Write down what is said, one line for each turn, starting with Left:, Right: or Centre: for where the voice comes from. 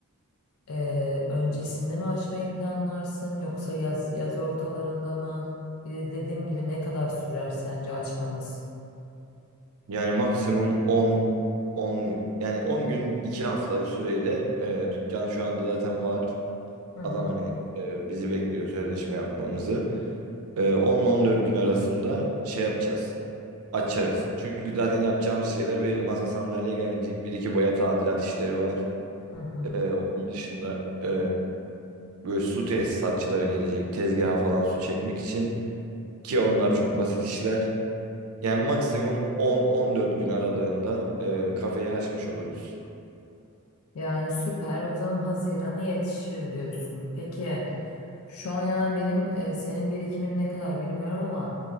Left: Ee, öncesinde mi açmayı planlarsın yoksa yaz yaz ortalarında mı? Bir de dediğim gibi ne kadar sürer sence açmamız?
Right: Yani maksimum 10 10 yani 10 gün 2 hafta süreyle e, dükkan şu anda zaten var.
Left: Hı hı,
Right: Adam hani e, bizi bekliyor sözleşme yapmamızı. E, 10-14 gün arasında şey yapacağız. Açarız. Çünkü zaten yapacağımız şeyler belli. Masa sandalye gelecek. Bir iki boya tadilat işleri var.
Left: hı hı.
Right: E, onun dışında e, Böyle su tesisatçılara gelecek tezgaha falan su çekmek için ki onlar çok basit işler. Yani maksimum 10-14 gün aralığında e, kafeyi açmış oluruz.
Left: Yani süper. O zaman Haziran'a yetişir diyorsun. Peki şu an yani benim e, senin birikimin ne kadar bilmiyorum ama